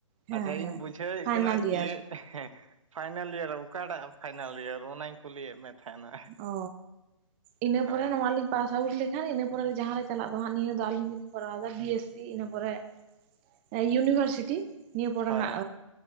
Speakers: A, on the right; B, on the right.
A: ᱦᱮᱸ
B: ᱟᱪᱪᱷᱟ
A: ᱦᱮᱸ
B: ᱤᱧ ᱵᱩᱡᱷᱟᱹᱣᱮᱫ
A: ᱯᱷᱟᱭᱱᱟᱞ
B: ᱠᱟᱱᱟ ᱪᱮᱫ
A: ᱤᱭᱟᱨ
B: ᱮ ᱦᱮᱸ ᱯᱷᱟᱭᱱᱞ ᱤᱭᱟᱨ ᱚᱠᱟᱴᱟᱜ ᱯᱷᱟᱭᱱᱟᱞ ᱤᱭᱟᱨ ᱚᱱᱟᱧ ᱠᱩᱞᱤᱭᱮᱫ ᱢᱮ ᱛᱟᱦᱮᱱᱟ
A: ᱚ ᱤᱱᱟᱹ
B: ᱦᱳᱭ
A: ᱯᱚᱨᱮ ᱱᱚᱣᱟᱞᱤᱧ ᱯᱟᱥ ᱟᱣᱩᱴ ᱞᱮᱠᱷᱟᱱ ᱤᱱᱟᱹ ᱯᱚᱨᱮ ᱡᱟᱦᱟᱸ ᱨᱮ ᱪᱟᱞᱟᱜ ᱫᱚ ᱦᱟᱸᱜ ᱱᱤᱭᱟᱹ ᱫᱚ ᱟᱹᱞᱤᱧ ᱫᱚᱞᱤᱧ ᱠᱚᱨᱟᱣᱫᱟ ᱵᱤ ᱮᱥ ᱥᱤ ᱤᱱᱟᱹ ᱯᱚᱨᱮ ᱮ ᱤᱭᱩᱱᱤᱵᱷᱟᱨᱥᱤᱴᱤ ᱱᱤᱭᱟᱹ ᱯᱚᱨᱮᱱᱟᱜ
B: ᱦᱳᱭ